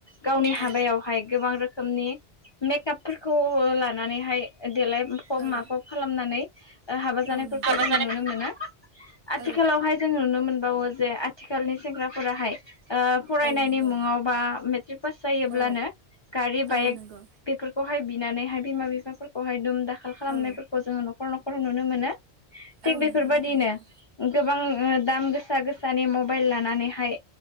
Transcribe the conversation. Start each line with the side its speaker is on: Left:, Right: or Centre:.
Left: गावनि हाबायावहाय
Right: औ
Left: गोबां रोखोमनि मेकआपफोरखौ लानानैहाय देलाय फब
Right: औ
Left: माफब खालामनानै ओ हाबा जानायफोरखौ
Right: औ नंगौ
Left: जोङो नुनो मोनो। आथिखालावहाय
Right: औ
Left: जों नुनो मोनबावो जे आथिखालनि सेंग्राफोराहाय ओ फरायनायनि
Right: औ नंगौ
Left: मुङाव बा मेट्रिक पास जायोब्लानो
Right: औ
Left: गारि, बाइक
Right: औ नंगौ
Left: बेफोरखौहाय बिनानैहाय बिमा बिफाफोरखौहाय दुम दाख खाल खालामनायफोरखौ
Right: औ
Left: जोङो न'खर न'खर नुनो मोनो। थिग
Right: औ
Left: बेफोरबायदिनो
Right: नंगौ नोंथां नंगौ
Left: गोबां ओ दाम गोसा गोसानि मबाइल लानानैहाय